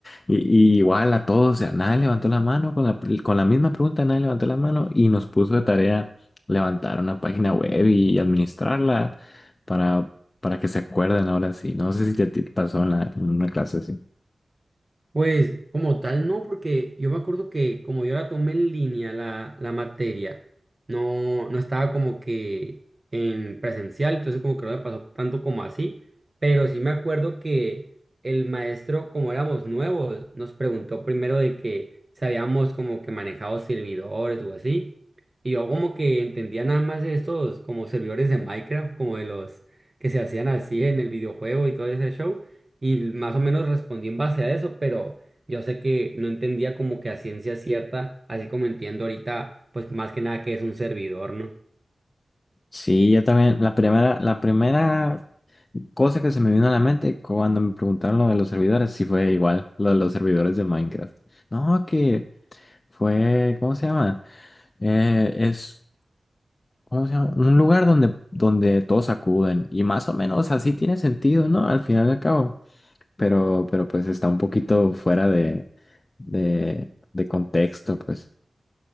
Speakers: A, on the left; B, on the right.
A: y, y igual a todos, o sea, nadie levantó la mano con la, pr- con la misma pregunta, nadie levantó la mano y nos puso de tarea levantar una página web y administrarla para, para que se acuerden ahora sí. No sé si te, te pasó en, la- en una clase así.
B: Pues como tal no, porque yo me acuerdo que como yo la tomé en línea la, la materia, no, no estaba como que en presencial, entonces como que no me pasó tanto como así, pero sí me acuerdo que el maestro, como éramos nuevos, nos preguntó primero de que si habíamos como que manejado servidores o así, y yo como que entendía nada más de estos como servidores de Minecraft, como de los que se hacían así en el videojuego y todo ese show y más o menos respondí en base a eso, pero yo sé que no entendía como que a ciencia cierta, así como entiendo ahorita, pues más que nada que es un servidor, ¿no?
A: Sí, yo también, la primera, la primera. Cosa que se me vino a la mente cuando me preguntaron lo de los servidores, si fue igual, lo de los servidores de Minecraft. No, que fue, ¿cómo se llama? Eh, es, ¿cómo se llama? Un lugar donde, donde todos acuden. Y más o menos así tiene sentido, ¿no? Al final y al cabo. Pero, pero pues está un poquito fuera de, de, de contexto, pues.